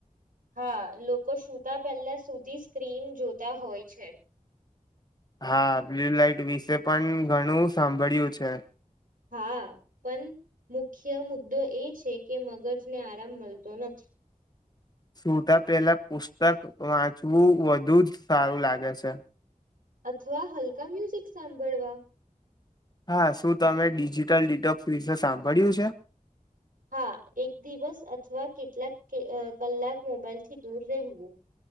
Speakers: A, on the right; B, on the left.
A: હા લોકો સુતા પહેલા સુધી સ્ક્રીન જોતા હોય છે
B: હા બ્લુ લઇટ વિશે પણ ઘણું સાંભળ્યું છે
A: હા પણ મુખ્ય મુદ્દો એ છે કે મગજને આરામ મળતો નથી
B: સુતા પહેલા પુસ્તક વાંચવું વધુ જ સારું લાગે છે
A: અથવા હલકા મ્યુઝિક સાંભળવા
B: હા શું તમે ડિજિટલ ડિટોક્સ વિશે સાંભળ્યું છે
A: હા એક દિવસ અથવા કેટલાક કલાક મોબાઈલ થી દૂર રહેવું